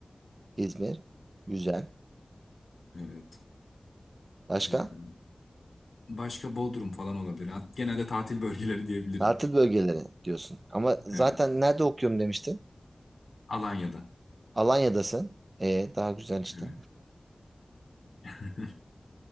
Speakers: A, on the right; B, on the left.
A: İzmir. Güzel.
B: Evet,
A: Başka?
B: öyle yani. Başka Bodrum falan olabilir. Hat- Genelde tatil <laughs> bölgeleri diyebilirim.
A: Tatil bölgeleri diyorsun. Ama zaten
B: Evet,
A: nerede okuyorum demiştin?
B: Alanya'da.
A: Alanya'dasın. E, daha güzel işte.
B: Evet. <laughs>